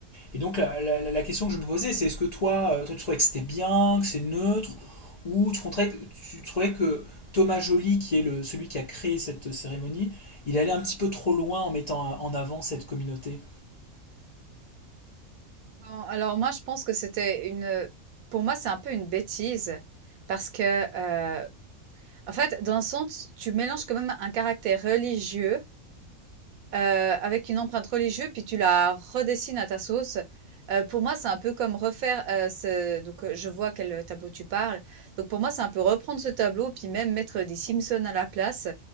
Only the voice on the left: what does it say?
et donc la, la, la question que je me posais, c'est est-ce que toi, euh, toi tu trouvais que c'était bien, que c'est neutre, ou tu trouvais, tu trouvais que Thomas Joly, qui est le, celui qui a créé cette cérémonie, il allait un petit peu trop loin en mettant euh, en avant cette communauté?